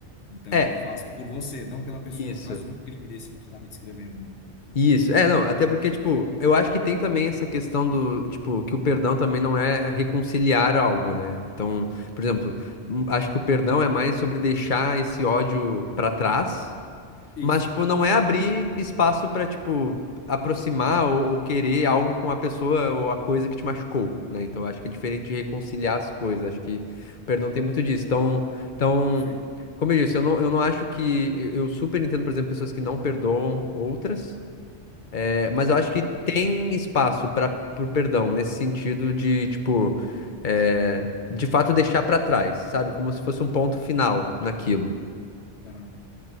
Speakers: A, on the left (about 65°); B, on the left (about 45°).
A: Então,
B: É,
A: faz por você, não pela pessoa,
B: isso.
A: no caso de um crime desse que tu tá me descrevendo, né?
B: Isso, é, não, até porque, tipo, eu acho que tem também essa questão do, tipo, que o perdão também não é reconciliar algo, né? Então, por exemplo, hum, acho que o perdão é mais sobre deixar esse ódio pra trás,
A: Isso.
B: mas, tipo, não é abrir espaço pra, tipo, aproximar ou, ou querer algo com a pessoa ou a coisa que te machucou, né? Então, acho que é diferente de reconciliar as coisas, acho que o perdão
A: Tá,
B: tem muito disso.
A: Perfeito.
B: Então, então,
A: Perfeito.
B: como eu disse, eu não, eu não acho que. Eu eu super entendo, por exemplo, pessoas que não perdoam outras. É, mas
A: Eu
B: eu
A: entendo
B: acho que tem
A: também.
B: espaço para pro perdão nesse sentido de, tipo, é, de fato deixar para trás, sabe? Como se fosse um ponto final naquilo.
A: Aham.